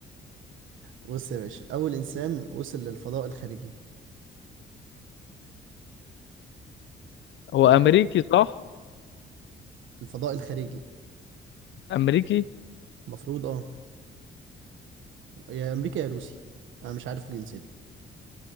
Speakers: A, on the right (about 75°); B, on the left (about 70°).
A: بص يا باشا اول انسان وصل للفضاء الخارجي
B: هو
A: عارف
B: امريكي صح
A: الفضاء الخارجي
B: امريكي
A: المفروض اه يا امريكا يا روسي انا مش عارف جنسيته